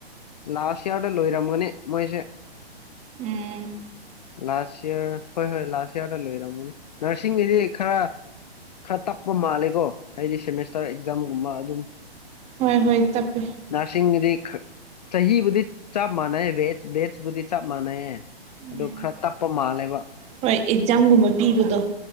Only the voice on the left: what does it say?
ꯂꯥꯁꯥꯁ ꯌꯥꯌꯥꯔꯗ ꯂꯣꯏꯔꯃꯅꯦ ꯃꯁꯦ
ꯂꯥꯁ ꯏꯌꯥꯔ ꯍꯣꯏ ꯍꯣꯏ ꯂꯥꯁ ꯏꯌꯥꯔꯗ ꯂꯣꯏꯔꯝꯃꯅꯤ ꯅꯔꯁꯤꯡꯒꯤꯗꯤ ꯈꯔ ꯈꯔ ꯇꯞꯄ ꯃꯥꯜꯂꯦꯀꯣ ꯍꯥꯏꯗꯤ ꯁꯦꯃꯦꯁꯇꯔ ꯑꯦꯛꯖꯥꯝꯒꯨꯝꯕ ꯑꯗꯨꯝ
ꯅꯔꯁꯤꯡꯒꯤꯗꯤ ꯆꯍꯤꯕꯨꯗꯤ ꯆꯞ ꯃꯥꯟꯅꯩ ꯕꯦꯖ ꯕꯦꯖꯕꯨꯗꯤ ꯆꯞ ꯃꯥꯟꯅꯩꯌꯦ
ꯑꯗꯨ ꯈꯔ ꯇꯞꯄ ꯃꯥꯜꯂꯦꯕ